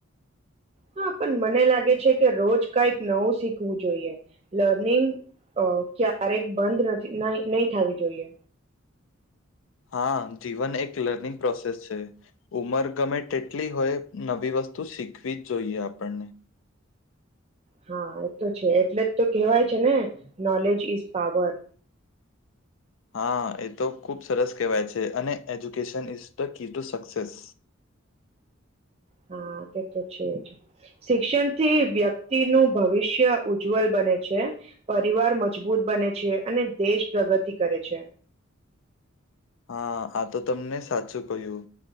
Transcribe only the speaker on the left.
હા, જીવન એક લર્નિંગ પ્રોસેસ છે. ઉંમર ગમે તેટલી હોય, નવી વસ્તુ શીખવી જ જોઈએ આપણને
હા એ તો ખુબ સરસ કહેવાય છે, અને education is the key to success.
હા આ તો તમને સાચું કહ્યું.